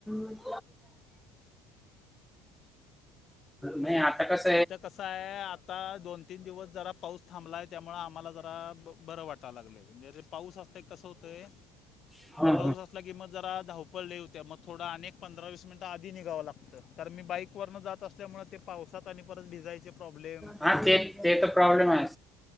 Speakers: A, in the centre; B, on the left (about 45°).
A: <inaudible> नाही आता कसं
B: इथं कसं आहे आता दोन-तीन दिवस जरा पाऊस थांबला आहे त्यामुळं आम्हाला जरा ब बरं वाटावं लागलय. ने रे पाऊस असतय कसं होतोय
A: हा.
B: पाऊस असला की मग जरा धावपळ लय होतेय मग थोडा अने पंधरा वीस मिनिटं आधी निघाव लाग कारण, मी बाईक वरन जात असल्यामुळे पाऊसा ते आणि परत भिजायचे प्रॉब्लेम.
A: हा ते ते, तर प्रॉब्लेम आहे.